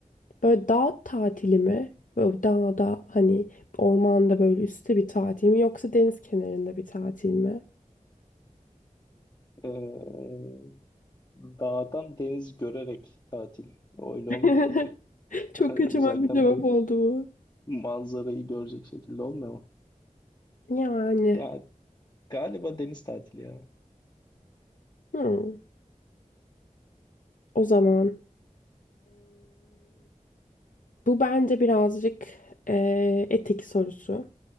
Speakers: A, on the left (about 75°); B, on the left (about 30°).
A: böyle dağ tatili mi? Böyle dağda hani ormanda böyle üstte bir tatil mi yoksa deniz kenarında bir tatil mi?
B: Ee, dağdan deniz görerek tatil. Öyle
A: <laughs>
B: olmuyor mu yani?
A: Çok
B: <laughs>
A: kaçamak
B: Uzaktan
A: bir cevap oldu bu.
B: manzarayı görecek şekilde olmuyor mu?
A: Yani
B: Ya galiba deniz tatili ya.
A: hmm, o zaman Bu bence birazcık eee, etik sorusu.